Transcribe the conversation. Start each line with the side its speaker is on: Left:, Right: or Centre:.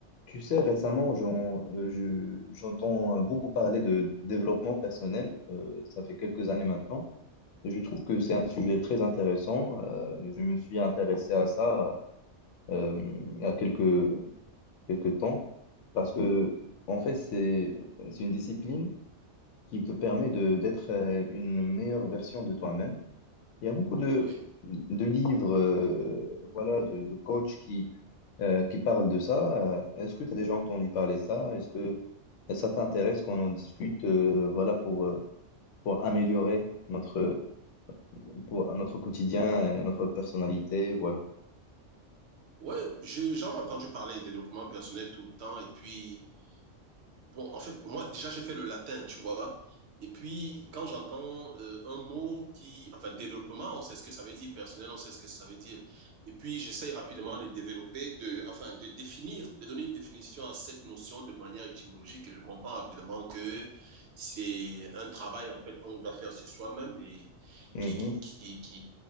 Left: Tu sais, récemment, j'en- euh, je- j'entends beaucoup parler de développement personnel. euh, ça fait quelques années maintenant. Je trouve que c'est un sujet très intéressant. euh, je me suis intéressé à ça euh, il y a quelques, quelques temps parce que, en fait, c'est, c'est une discipline qui te permet de, d'être euh, une meilleure version de toi-même. Il y a beaucoup de,
Right: Ouais.
Left: de livres, euh, voilà, de, de coachs qui euh, qui parle de ça. Euh, Est-ce que tu as déjà entendu parler de ça? Est-ce que ça t'intéresse qu'on en discute, euh, voilà, pour, euh, pour améliorer notre, pour, notre quotidien, et notre personnalité, voilà.
Right: Ouais, j'ai jamais entendu parler de développement personnel tout le temps. Et puis, bon, en fait, moi, déjà, j'ai fait le latin, tu vois. Et puis, quand j'entends euh, un mot qui, enfin, développement, on sait ce que ça veut dire, personnel, on sait ce que ça veut dire. Et puis, j'essaye rapidement de développer, de, enfin, de définir, de donner une définition à cette notion de manière étymologique. Et je comprends rapidement que c'est un travail, en fait, qu'on doit faire sur soi-même et
Left: Mhm.
Right: qui, qui, qui, qui